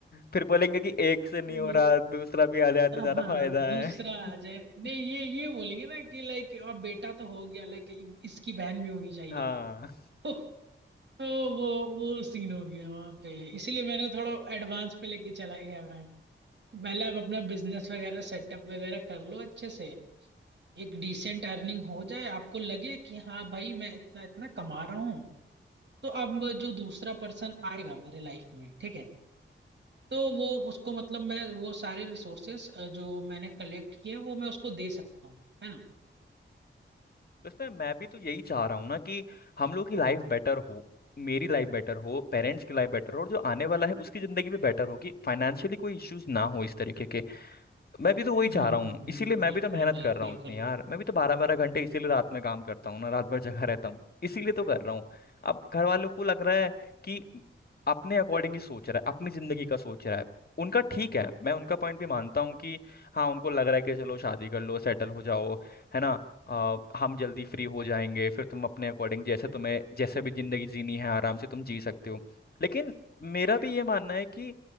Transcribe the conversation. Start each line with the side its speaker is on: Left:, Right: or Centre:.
Left: फिर बोलेंगे कि एक से नहीं हो
Right: ये
Left: रहा दूसरा भी आ जाए
Right: हाँ
Left: तो ज्यादा फायदा
Right: दूसरा
Left: है <laughs>
Right: आ जाए नहीं ये ये बोलेंगे ना कि लाइक अब बेटा तो हो गया लाइक इसकी बहन भी होनी चाहिए
Left: हाँ
Right: <laughs> तो वो वो सीन हो गया वहां पे इसीलिए मैंने थोड़ा एडवांस पे लेके चला गया मैं पहले आप अपना बिजनेस वगैरह सेटअप वगैरह कर लो अच्छे से एक डिसेंट अर्निंग हो जाए आपको लगे कि हाँ भाई मैं इतना इतना कमा रहा हूँ तो अब जो दूसरा पर्सन आएगा मेरे लाइफ में ठीक है तो वो उसको मतलब मैं वो सारे रिसोर्सेस जो मैंने कलेक्ट किया वो मैं उसको दे सकता हूँ है ना
Left: उसमें मैं भी तो यही चाह रहा हूँ ना कि हम लोग की लाइफ बेटर हो मेरी लाइफ बेटर हो पेरेंट्स की लाइफ बेटर हो और जो आने वाला है उसकी जिंदगी भी बेटर हो कि फाइनेंशियली कोई इश्यूज ना हो इस तरीके के मैं भी तो वही
Right: हम्म
Left: चाह रहा हूँ
Right: हम्म
Left: इसीलिए
Right: हम्म, बिल्कुल
Left: मैं भी तो मेहनत
Right: भाई
Left: कर रहा
Right: बिल्कुल
Left: हूँ इतनी यार मैं भी तो बारह बारह घंटे इसीलिए रात में काम करता हूँ ना रात भर जगा रहता हूँ इसीलिए तो कर रहा हूँ अब घर वालों को लग रहा है कि अपने अकॉर्डिंग ही सोच रहा है अपनी जिंदगी का सोच रहा है उनका ठीक है मैं उनका पॉइंट भी मानता हूँ कि हाँ उनको लग रहा है कि चलो शादी कर लो सेटल हो जाओ है ना आ, हम जल्दी फ्री हो जाएंगे फिर तुम अपने अकॉर्डिंग जैसे तुम्हें जैसे भी जिंदगी जीनी है आराम से तुम जी सकते हो लेकिन मेरा भी ये मानना है कि